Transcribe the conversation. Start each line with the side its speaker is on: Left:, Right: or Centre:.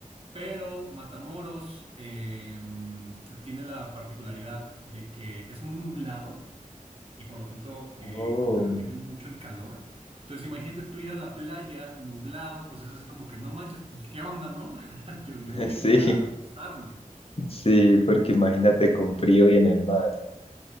Right: Pero Matamoros em, tiene la particularidad de que es muy nublado y por lo tanto eh,
Left: Oh,
Right: como que retiene mucho el calor. Entonces imagínate tú ir a la playa nublado, pues es así como que no manches, pues qué onda, ¿no? <laughs> Yo, yo
Left: <laughs>
Right: vine
Left: Sí,
Right: aquí a, a acostarme.
Left: sí, porque imagínate con frío y en el mar.